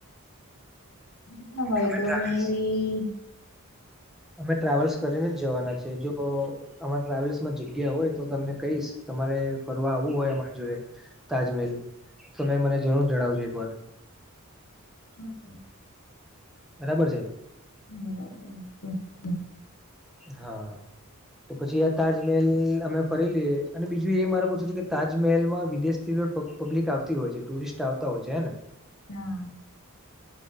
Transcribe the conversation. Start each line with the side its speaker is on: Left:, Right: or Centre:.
Left: તા હોય
Centre: અમે
Left: તો
Centre: ટ્રાવેલ્સ
Left: કઈ-
Centre: અમે ટ્રાવેલ્સ કરીને જ જવાના છે જો અ- અમારા ટ્રાવેલ્સમાં જગ્યા હોય તો તમને કઈશ. તમારે ફરવા આવવું હોય અમારી જોડે- તાજમેલ તમે મને જરૂર જણાવજો એક વાર
Left: <inaudible>
Centre: બરાબર છે.
Left: <inaudible>
Centre: હા- તો પછી આ તાજમેલ અમે ફરી લીઈએ અને બીજું એ મારે પૂછવું તું કે તાજમહેલમાં વિદેશ- થીપ પબ્લિક આવતી હોય છે ટુરિસ્ટ આવતા હોય છે હેને-
Left: ના <unintelligible>